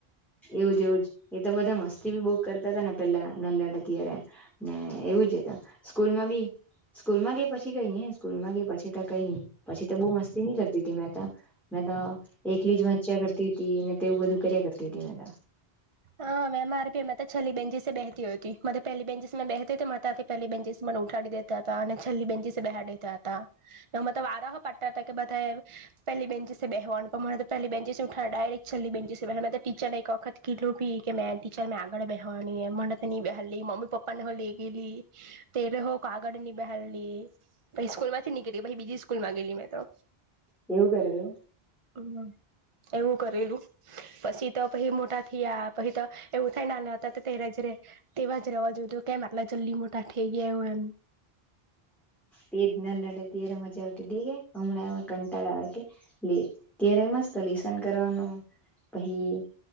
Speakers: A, in the centre; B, on the right (about 35°).
A: એવું જ એવું જ એ તો બધા મસ્તી ભી બો કરતા હતા ને પેલા નનલા- ત્યારે ને એવું જ સ્કૂલમાં બી સ્કૂલ માં ગઈ પછી કઈ નઈ સ્કૂલ માં ગઈ પછી તો કઈ નઈ પછી તો બહુ મસ્તી ન કરતી હતી મેં. તો એકલી જ વાંચ્યા કરતી હતી ને તે એવું બધું કર્યા કરતી હતી મેંત.
B: હા મેમ આર કે મેં તો છેલ્લી બેન્ચીસે બેહતી હતી. મને તો પહેલી બેન્ચીસે બેહતે તો મને તાથી પહેલી બેન્ચીસ પ ઉઠાડી દેતા હતા અને છેલ્લી બેન્ચચીસે બેહાદ દેતા હતા ને અમે તો વારા હો પાળ કેતા હતા કે બધા એ પેલી બેન્ચીસે બેહવાનું પણ મને તો પહેલી બેન્ચીસે ઉઠાડે ડાયરેક છેલ્લી બેન્ચીસે બેહાડે મેં તો કી ટીચર ને એક વખત કીધું પી કે મેં ટીચર મેં આગળ બેહેવાની એમ મને તો ની બેહારલી મમ્મી પપ્પાને હો લેઈ ગેયલી તે કે હો, આાગળની બેહારલી પછી સ્કૂલ માંથી નીકળી બીજી સ્કૂલ માં ગેલી મેં તો.
A: એવું કરેલું?
B: હ <unintelligible> એવું કરેલું. પછી તો પહી મોટા થીયા પહી તો એવું થાય નાના હતા તો ત્યારે જે તેવા જ રેવા જોઈતું કેમ આટલા જલ્દી મોટા થેઈ ગીયા એવુ એમ.
A: તે જ નાનલા હતા ત્યારે મજા આવતી તી કે, હમણા અવે કંટાળો આવે કે ત્યારે મસ્ત લી લેશન કરવાનું. પહી